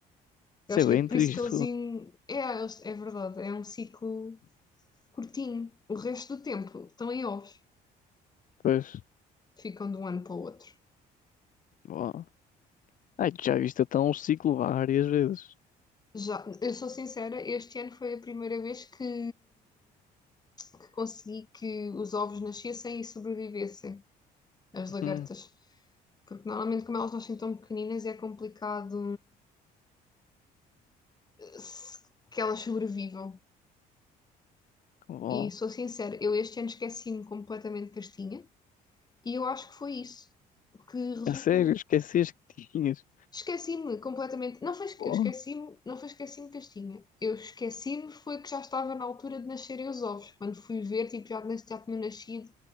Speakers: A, on the left; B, on the left.
A: Eu
B: isso
A: acho
B: é bem
A: que é por
B: triste.
A: isso que eles. in- É, eles- é verdade, é um ciclo curtinho. O resto do tempo estão em ovos.
B: Pois,
A: Ficam de um ano para o outro.
B: oh. Ai, tu já viste até um ciclo várias vezes.
A: Já, eu sou sincera, este ano foi a primeira vez que, que consegui que os ovos nascessem e sobrevivessem, as lagartas.
B: Hum.
A: Porque normalmente, como elas nascem tão pequeninas, é complicado se- que elas sobrevivam.
B: Oh,
A: E sou sincera, eu este ano esqueci-me completamente de Castinha e eu acho que foi isso que resultou.
B: a sério, esqueceste que tinhas.
A: Esqueci-me completamente. Não foi, esque-
B: Oh,
A: eu esqueci-me, não foi esqueci-me de Castinha. Eu esqueci-me foi que já estava na altura de nascerem os ovos. Quando fui ver, tipo, já, nas- já tinham nascido.